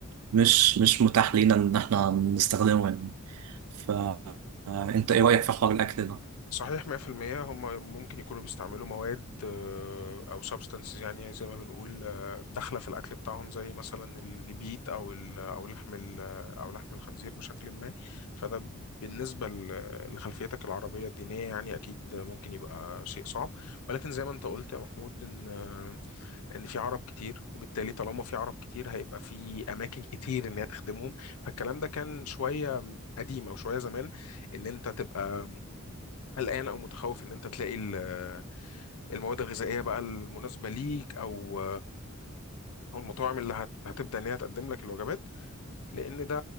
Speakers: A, on the right (about 85°); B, on the left (about 80°).
A: مش مش متاح لينا إن إحنا نستخدمه يعني فأنت إيه رأيك في حوار الأكل ده؟
B: صحيح 100% هم ممكن يكونوا بيستعملوا مواد آه، او سبستانسز يعني زي ما بنقول آه، داخله في الاكل بتاعهم زي مثلا النبيت او ال- او لحم ال- او لحم الخنزير بشكل ما فده بالنسبه ل- لخلفيتك العربيه الدينيه يعني اكيد ممكن يبقى شيء صعب ولكن زي ما انت قلت يا محمود ان آه، ان في عرب كتير وبالتالي طالما في عرب كتير هيبقى في اماكن كتير ان هي تخدمهم فالكلام ده كان شويه قديم او شويه زمان ان انت تبقى قلقان او متخوف ان انت تلاقي ال- المواد الغذائيه بقى المناسبه ليك او او المطاعم اللي هت- هتبدا ان هي تقدم لك الوجبات لان ده